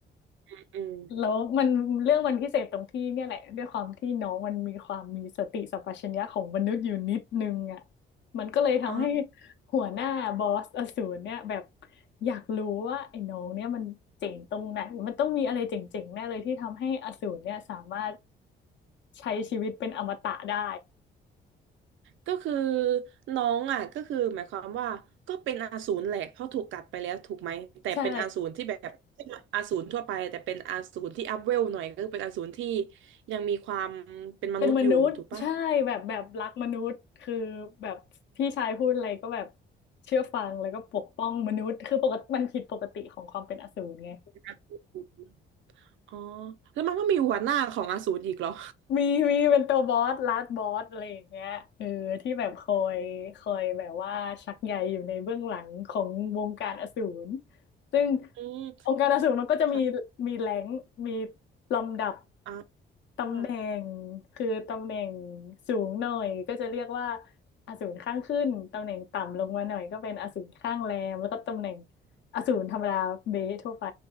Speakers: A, on the right; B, on the left.
A: อืมอม
B: แล้วมันเรื่องมันพิเศษตรงที่เนี่ยแหละด้วยความที่น้องมันมีความมีสติสัมปชัญญะของมนุษย์อยู่นิดนึงอ่ะมันก็เลยทำให้
A: อ๋อ
B: หัวหน้าบอสอสูรเนี่ยแบบอยากรู้ว่าไอ้น้องเนี่ยมันเจ๋งตรงไหนมันต้องมีอะไรเจ๋งๆแน่เลยที่ทำให้อสูรเนี่ยสามารถใช้ชีวิตเป็นอมตะได้
A: ก็คือน้องอ่ะก็คือหมายความว่าก็เป็นอสูรแหละเพราะถูกกัดไปแล้วถูกไหมแต่เป็นอสูรที่แบบ
B: ใช่
A: อสูรทั่วไปแต่เป็นอสูรที่อัพเวลหน่อยก็คือเป็นอสูรที่ยังมีความเป็นมนุษย์อยู่ถูกปะ
B: เป็นมนุษย์ใช่แบบแบบรักมนุษย์คือแบบพี่ชายพูดอะไรก็แบบเชื่อฟังแล้วก็ปกป้องมนุษย์คือปกติมันผิดปกติของความเป็นอสูรไง
A: ครับอ๋อแล้วมันก็มีหัวหน้าของอสูรอีกเหรอ
B: มีมีเป็นตัวบอสลาดบอสอะไรอย่างเงี้ยเออที่แบบคอยคอยแบบว่าชักใยอยู่ในเบื้องหลังของวงการอสูรซึ่ง
A: อืม
B: องค์การอสูรมันก็จะมี
A: ค่ะ
B: มีแรงค์มีลำดับ
A: อ่า
B: ตำแหน่งคือตำแหน่ง
A: อื
B: สูงหน่อยก็จะเรียกว่าอสูรข้างขึ้นตำแหน่งต่ำลงมาหน่อยก็เป็นอสูรข้างแรมแล้วก็ตำแหน่งอสูรธรรมดาเบสทั่วไป